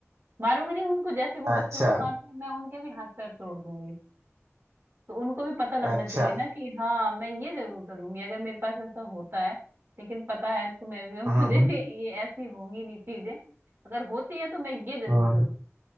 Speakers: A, on the right (about 50°); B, on the right (about 70°).
A: मारूंगी नहीं उनको जैसे वो
B: अच्छा
A: बच्चों को मारते हैं मैं उनके भी हाथ पैर तोड़ दूंगी तो उनको भी पता लगना
B: अच्छा
A: चाहिए ना कि हाँ मैं ये जरूर करूंगी अगर मेरे पास ऐसा होता है लेकिन पता है तुम्हें भी और <laughs> मुझे
B: हम्म
A: भी ये ऐसी होंगी नहीं चीजें अगर होती है तो मैं ये जरूर
B: हम्म
A: करूँ